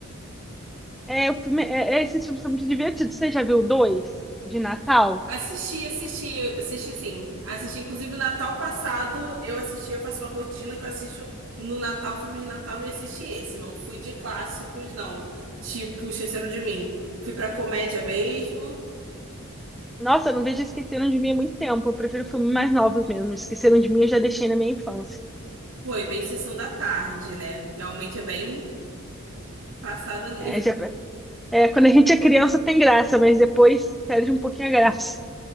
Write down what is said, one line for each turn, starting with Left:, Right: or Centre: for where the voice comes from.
Centre: É, o filme, é, é- esses filmes são muito divertidos. Você já viu dois de Natal?
Right: Assisti, assisti, assisti sim. Assisti, inclusive, Natal passado eu assisti, eu faço uma rotina que eu assisto no Natal, filme de Natal, e assisti esse. Não fui de clássicos, não. Tipo, Esqueceram de Mim. Fui pra comédia mesmo.
Centre: Nossa, eu não vejo Esqueceram de Mim há muito tempo. Eu prefiro filmes mais novos mesmo. Esqueceram de Mim eu já deixei na minha infância.
Right: Foi bem sessão da tarde, né? Realmente é bem passado ali.
Centre: É, já- é, quando a gente é criança tem graça, mas depois perde um pouquinho a graça.